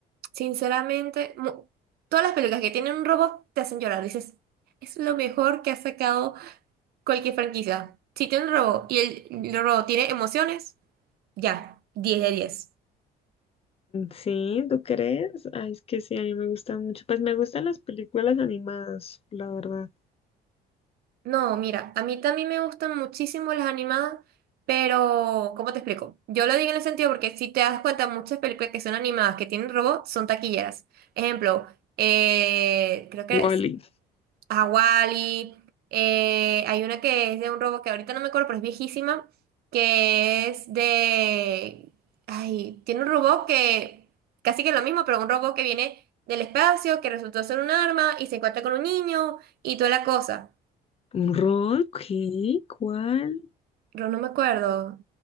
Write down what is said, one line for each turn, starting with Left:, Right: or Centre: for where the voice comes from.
Right: sinceramente, mu- todas las películas que tienen un robot te hacen llorar. Dices, es lo mejor que ha sacado cualquier franquicia. Si tiene un robot y el, el robot tiene emociones, ya, 10 de 10.
Left: Sí, ¿tú crees? Ay, es que sí, a mí me gustan mucho. Pues me gustan las películas animadas, la verdad.
Right: No, mira, a mí también me gustan muchísimo las animadas, pero ¿cómo te explico? Yo lo digo en el sentido porque si te das cuenta, muchas películas que son animadas, que tienen robots, son taquilleras. Ejemplo, eh, creo que
Left: Wally.
Right: es Hawali, eh, hay una que es de un robot que ahorita no me acuerdo, pero es viejísima, que es de... Ay, tiene un robot que casi que es lo mismo, pero un robot que viene del espacio, que resultó ser un arma y se encuentra con un niño y toda la cosa.
Left: ¿Un rock? ¿Qué? ¿Cuál?
Right: Pero no me acuerdo.